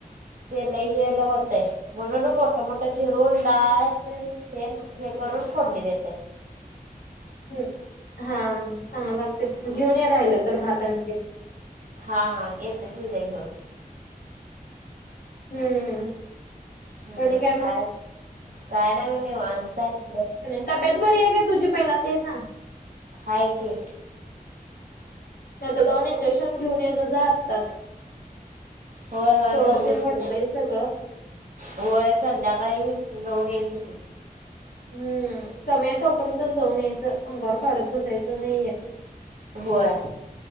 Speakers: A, on the right; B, on the left.
A: ते लई तय म्हणून मोठ मोठं चिरून डाळ
B: हो.
A: तेन हे करून फोडणी देत्या.
B: हम् हा चांग वागते घेऊन राहिलं तर भातानी ते,
A: हा हा येत की द्या घेऊन.
B: हम्म.
A: हम्म
B: आणि मग
A: काय काय नाही बग निवांत हाय
B: तब्यात बरी आहे काय तुझी पहिला ते सांग.
A: हाय की,
B: नाही आता जाऊन इंजेक्शन घेऊन ये ज जातातच
A: होय होय
B: तोंड
A: बघू
B: तीन
A: की
B: वडलंय सगळं
A: होय संध्याकाळी जाऊन यायचं त
B: हम्म कमी आहे तोपर्यंत जाऊन यायचं अंकारवर काढत बसायचं नाहीये.
A: होय.